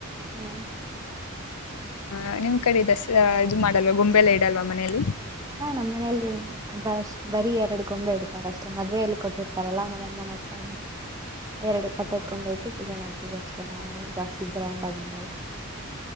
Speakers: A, on the right; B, on the left.
A: ಹ್ಮ್
B: ಆ ನಿಮ್ ಕಡೆ ದಸ ಇದು ಮಾಡಲ್ವ ಗೊಂಬೆಲ್ಲ ಇಡಲ್ವ ಮನೇಲಿ
A: ಹಾ ನಮ್ಮ್ ಮನೆಯಲ್ಲಿ ಬ್ ಬರೀ ಎರಡು ಗೊಂಬೆ ಇಡ್ತಾರ ಅಷ್ಟೇ ಮದ್ಯಲ್ಲಿ ಕೂತಿರ್ತಾರಲ್ಲಾ ನಮ್ಮ ಅಮ್ಮನಪ್ಪ ಅ ಎರಡು ಪಟ್ಟೆದಕೊಂಡ್ ಬಯತು ಪೂಜೆ ಮಾಡ್ತೀವಿ ಅಷ್ಟೇ ನಾವು ಜಾಸ್ತಿ ಗ್ರ್ಯಾಂಡ್ ಆಗಿ ಮಾಡಲ್ಲ